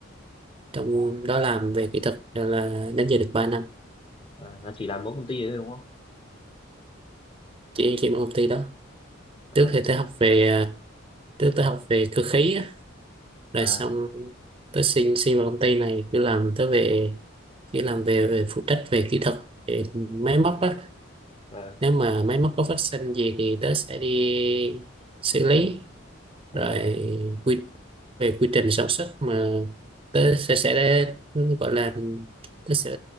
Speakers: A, on the right; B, on the left.
A: trong đó làm về kỹ thuật rồi là đến giờ được ba năm
B: à, là chỉ làm mỗi công ty đấy thôi đúng không
A: chỉ chỉ một công ty đó
B: à
A: trước thì tớ học về à, trước tớ học về cơ khí á, rồi
B: à
A: xong tớ xin xin vào công ty này cứ làm tớ về cứ làm về, về phụ trách về kỹ thuật về máy
B: à
A: móc á.
B: ờ,
A: nếu mà máy móc có phát sinh gì thì tớ sẽ đi xử lý
B: ờ,
A: rồi quy về quy trình sản xuất mà tớ sẽ sẽ gọi là tớ sẽ